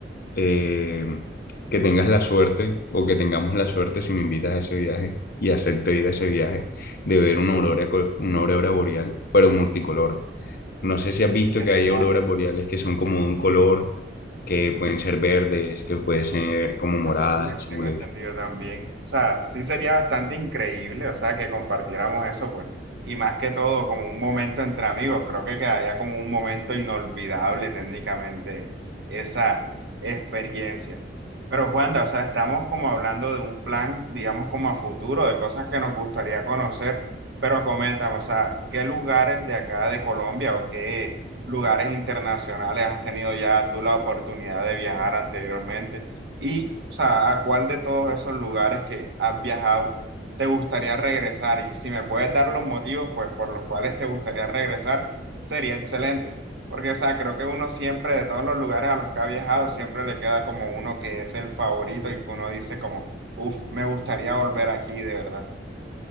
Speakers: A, on the left (about 55°); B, on the right (about 80°).
A: eh, que tengas la suerte o que tengamos la suerte si me invitas a ese viaje y acepto ir a ese viaje de ver una aurora, co- una aurora boreal, pero multicolor. No sé si has visto
B: Sería
A: que hay auroras boreales que son como de un color, que pueden ser verdes, que pueden ser como moradas,
B: Azules,
A: azules.
B: tengo entendido también. O sea, sí sería bastante increíble, o sea, que compartiéramos eso, pues. Y más que todo, como un momento entre amigos, creo que quedaría como un momento inolvidable técnicamente esa experiencia. Pero Juanda, o sea, estamos como hablando de un plan, digamos, como a futuro, de cosas que nos gustaría conocer, pero coméntame, o sea, ¿qué lugares de acá de Colombia o qué lugares internacionales has tenido ya tú la oportunidad de viajar anteriormente? Y, o sea, ¿a cuál de todos esos lugares que has viajado te gustaría regresar? Y si me puedes dar los motivos, pues, por los cuales te gustaría regresar, sería excelente. Porque, o sea, creo que uno siempre, de todos los lugares a los que ha viajado, siempre le queda como uno que es el favorito y que uno dice como, uff, me gustaría volver aquí, de verdad.